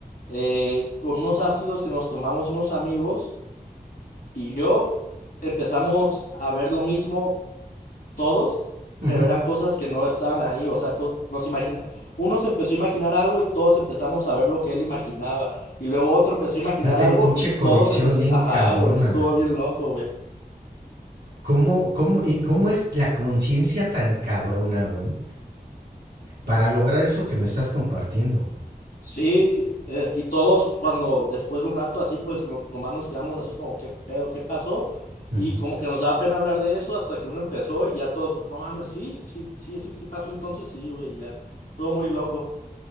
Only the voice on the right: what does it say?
ujú.
Fíjate,
pinche
conexión
bien
cabrona.
¿Cómo, cómo, y cómo es la conciencia tan cabrona, güey? Para lograr eso que me estás compartiendo.
Ujú.